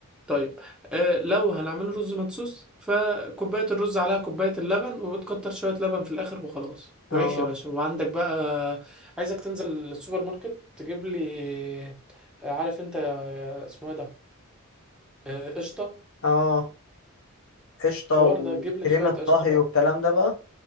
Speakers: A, in the centre; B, on the left.
A: طيب آه لو هنعمل رز مدسوس فكوباية الرز عليها كوباية اللبن وبتكتر شوية لبن في الآخر وخلاص وعيش
B: اه
A: يا باشا وعندك بقى عايزك تنزل السوبر ماركت تجيب لي آه، عارف انت آه، اسمه ايه ده آه، قشطة
B: اه قشطة
A: الحوار
B: وكريمة
A: ده جيب لي شوية قشطة
B: طهي
A: بقى
B: والكلام ده بقى